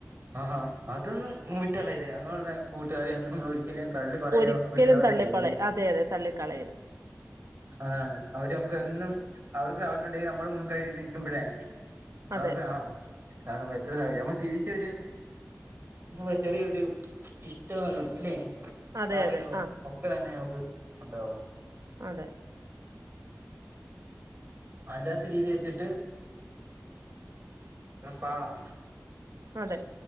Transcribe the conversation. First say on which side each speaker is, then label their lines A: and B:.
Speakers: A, on the right (about 45°); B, on the right (about 80°).
A: ആഹാ അതൊന്നും വിട്ടുകളയല്ലേ അങ്ങനെയുള്ളള്ള കൂട്ടുകാരെയൊന്നും നമ്മളൊ രിക്കലും തള്ളി കളയൊ
B: ഒരിക്കലും
A: വിട്ട കളയോ
B: തള്ളിപ്പളയ
A: ചെയ്യല
B: അതെ അതെ തള്ളിക്കളയരുത്
A: അതാണ് അവര് നമുക്ക് എന്നും അവർക്ക ആവശ്യംണ്ടെങ്കിൽ നമ്മള് നക്കുമ്പോഴേ
B: അതെ
A: അവക്ക് ആഹ് എത്ര സാഹര്യം നമ്മ തിരിച്ചരു എ ചെറിയൊരു ഇഷ്ടോ അല്ലെ
B: അതെ
A: കാര്യങ്ങളോ
B: അതെ ആഹ്
A: ക്കെ തന്നെ നമുക്ക് ഉണ്ടാവും
B: അതെ
A: അല്ലാത്ത രീതി വെച്ചിട്ട് പാടാ
B: അതെ